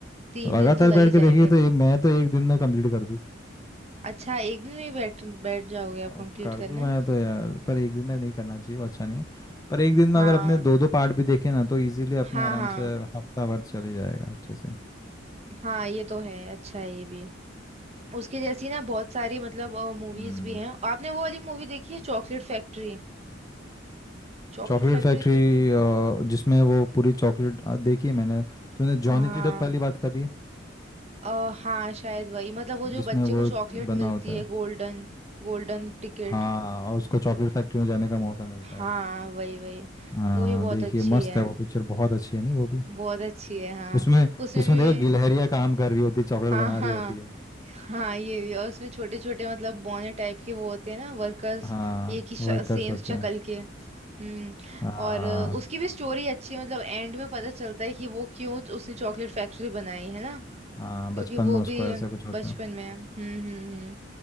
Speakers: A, on the right; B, on the left.
A: तीन
B: लगातार
A: दिन तो लग
B: बैठ
A: ही
B: के
A: जाएंगे
B: देखिए तो ये मैं तो एक दिन में कंप्लीट कर दूँ
A: अच्छा एक दिन में ही बैठ बैठ जाओगे आप
B: अ,
A: कंप्लीट
B: कर दूँ
A: करने
B: मैं तो यार पर एक दिन में नहीं करना चाहिए वो अच्छा नहीं है पर एक दिन में
A: हाँ
B: अगर अपने दो दो पार्ट भी देखे ना तो इजीली अपने
A: हाँ
B: आराम
A: हाँ
B: से हफ्ता भर चले जाएगा अच्छे से
A: हाँ ये तो है अच्छा है ये भी उसकी जैसी ना बहुत सारी मतलब मूवीज
B: हम्म
A: भी हैं आपने वो वाली मूवी देखी है चॉकलेट फैक्ट्री चॉकलेट
B: Chocolate
A: फैक्ट्री
B: factory
A: देख रहे क्या
B: जिसमें वो पूरी चॉकलेट देखिए मैंने तूने
A: हाँ
B: जॉनी डेप वाली बात करी है
A: अ, हाँ शायद वही मतलब वो जो
B: जिसमें
A: बच्चे
B: वो
A: को चॉकलेट
B: बना
A: मिलती
B: होता
A: है
B: है
A: गोल्डन गोल्डन टिकट
B: हाँ और उसको चॉकलेट फैक्ट्री में जाने का मौका मिलता
A: हाँ
B: है
A: वही वही
B: हाँ
A: वो भी बहुत
B: देखिए
A: अच्छी
B: मस्त
A: है
B: है वो पिक्चर बहुत अच्छी है नहीं वो भी
A: बहुत अच्छी है हाँ
B: उसमें
A: उसमें
B: उसमें
A: भी
B: देखो गिलहरियाँ काम कर रही होती है चॉकलेट
A: हाँ
B: बना
A: हाँ
B: रही होती है
A: हाँ ये भी और उसमें छोटे छोटे मतलब बौने टाइप के वो होते हैं ना वर्कर्स
B: हाँ
A: एक ही सेम
B: वर्कर्स होते
A: शक्ल
B: हैं
A: के हम्म
B: हाँ
A: और अ, उसकी भी स्टोरी अच्छी है मतलब एंड में पता चलता है कि वो क्यों उसने चॉकलेट फैक्ट्री बनाई है ना
B: हाँ
A: क्योंकि
B: बचपन
A: वो
B: में उसको
A: भी
B: ऐसा कुछ होता
A: बचपन
B: है
A: में हम्म हम्म हम्म